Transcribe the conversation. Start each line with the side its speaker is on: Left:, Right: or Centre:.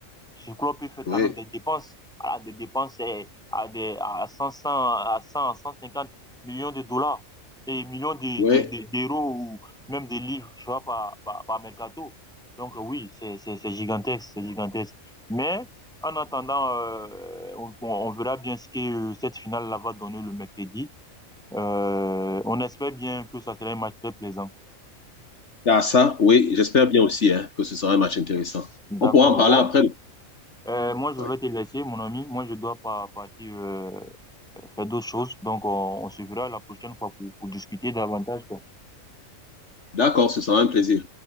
Centre: ce club peut faire
Left: oui,
Centre: quand même des dépenses, à des dépenses eh, à des à cent cent à cent cent cinquante millions de dollars et millions de,
Left: oui.
Centre: de- de- d'euros ou même des livres, tu vois, par, par, par mercato. Donc euh, oui, c'est, c'est, c'est gigantesque, c'est gigantesque. Mais en attendant, euh, on, on- on verra bien ce que euh, cette finale-là va donner le mercredi. Euh, on espère bien que ça sera un match très plaisant.
Left: Ah, ça, oui, j'espère bien aussi hein, que ce sera un match intéressant.
Centre: D'accord,
Left: On pourra en parler
Centre: bon.
Left: après.
Centre: Euh, moi, je
Left: Ouais.
Centre: vais te laisser, mon ami. Moi, je dois pas partir euh, faire d'autres choses. Donc, on, on se verra la prochaine fois pour, pour discuter davantage, quoi.
Left: D'accord, ce sera un plaisir.